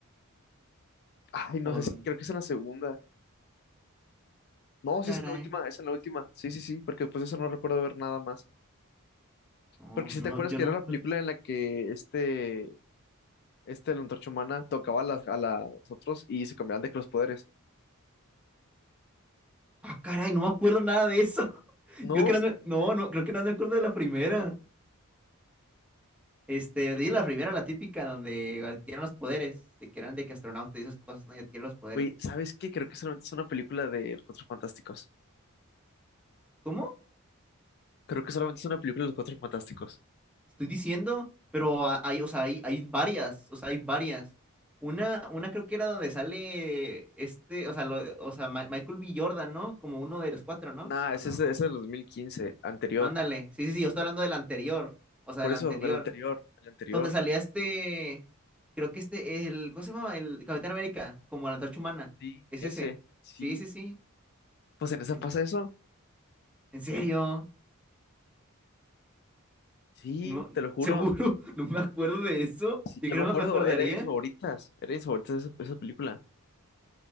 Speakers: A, on the left (about 50°); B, in the centre.
A: ay, no
B: ¿O
A: sé
B: dónde?
A: si, creo que es en la segunda, no, sí
B: Caray.
A: es en la última, es en la última, sí, sí, sí, porque después de eso no recuerdo ver nada más,
B: No,
A: porque si
B: no,
A: te acuerdas
B: yo
A: que
B: no
A: era
B: me
A: la
B: acuerdo.
A: película en la que este, este, la Antorcha Humana tocaba a las, a las otros y se cambiaban de que los poderes,
B: Ah, caray, no me acuerdo nada de eso. <laughs>
A: no,
B: Creo que no, me- no, no, creo que no me acuerdo de la primera. Este, leí la primera, la típica, donde adquieren los poderes, de que eran de que astronauta y esas cosas, ¿no? Y adquieren los poderes.
A: güey, ¿sabes qué? Creo que solamente es una película de los Cuatro Fantásticos,
B: ¿Cómo?
A: creo que solamente es una película de los Cuatro Fantásticos,
B: Te estoy diciendo, pero ha- hay, o sea, hay, hay varias, o sea, hay varias. Una, una creo que era donde sale este, o sea, lo- o sea, Ma- Michael B. Jordan, ¿no? Como uno de los cuatro, ¿no?
A: nah,
B: ¿O
A: ese
B: no?
A: es, ese es del 2015 anterior,
B: Ándale, sí, sí, sí, yo estoy hablando del anterior, o sea,
A: por
B: del
A: eso,
B: anterior,
A: del anterior, del anterior.
B: donde salía este, creo que este, el, ¿cómo se llama? El Capitán América, como la antorcha humana,
A: Sí,
B: es
A: ese,
B: ese,
A: sí.
B: sí, sí, sí,
A: Pues en esa
B: sí.
A: pasa eso.
B: ¿En serio?
A: Sí,
B: No,
A: te lo juro.
B: ¿seguro? <laughs> No me acuerdo de eso,
A: Sí,
B: yo
A: yo
B: creo
A: me acuerdo,
B: que me acordaría.
A: era de mis favoritas. Era de mis favoritas esa, esa película.